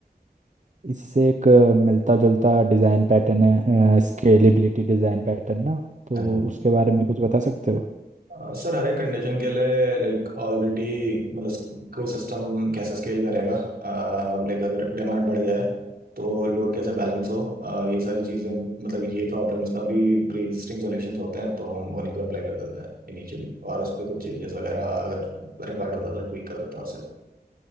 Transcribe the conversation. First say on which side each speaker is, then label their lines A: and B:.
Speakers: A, on the right; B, on the right.
A: इससे एक मिलता जुलता डिज़ाइन पैटर्न है स्केलेबिलिटी डिज़ाइन पैटर्न ना तो
B: हाँ जी
A: उसके बारे में कुछ बता सकते हो
B: अ, सर हर एक कंडीशन के लिए लाइक ऑलरेडी मतलब कोई सिस्टम कैसे स्केल करेगा लाइक अगर डिमांड बढ़ जाए तो लोड कैसे बैलेंस हो अ, ये सारी चीज़ें मतलब ये प्रॉब्लम्स का भी प्री एग्जिस्टिंग सॉल्यूशंस होते हैं तो हम उन्हीं को अप्लाई कर देते हैं इनिशियली और उस पर कुछ चेंजेस वगैरह अगर रिक्वायर्ड होता है तो ट्वीक कर देता है उसे